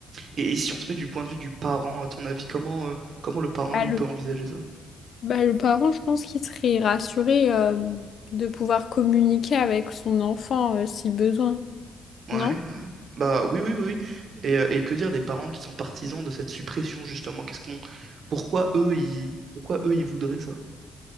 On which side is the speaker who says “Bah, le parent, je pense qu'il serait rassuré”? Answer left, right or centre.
Left